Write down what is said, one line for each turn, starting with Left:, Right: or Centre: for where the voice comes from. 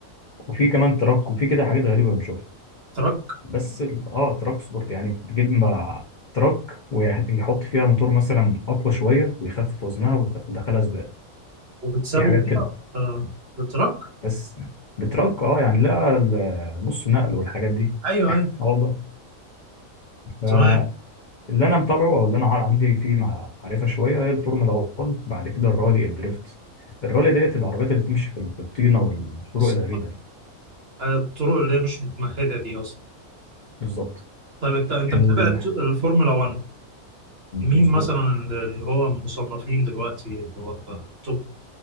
Left: وفي كمان تراك وفي كده حاجات غريبه بنشوفها
Right: تراك
Left: بس ال- اه تراك سبورت يعني بتجيب مع تراك ويحط فيها موتور مثلا اقوى شويه ويخفف وزنها ويخ- ويدخلها سباق
Right: وبتسابوا
Left: في حاجات
Right: بيها
Left: كده
Right: آه، بالتراك
Left: بس بتراك اه يعني لا ال- نص نقل والحاجات دي
Right: أيوه أيوه
Left: اه والله فاللي
Right: تمام
Left: انا متابعه او اللي انا عار- عندي فيه مع- معرفه شويه هي الفورمولا 1 بعد كده الرالي الدريفت الرالي ديت العربيات اللي بتمشي في في الطينه والطرق
Right: بس
Left: الغريبه دي
Right: آه، الطرق اللي هي مش متمهدة دي أصلا
Left: بالظبط
Right: طيب أنت أنت متابع
Left: ال...
Right: الت- الفورمولا 1 مين
Left: مظبوط
Right: مثلا اللي هو مصنفين دلوقتي اللي هو توب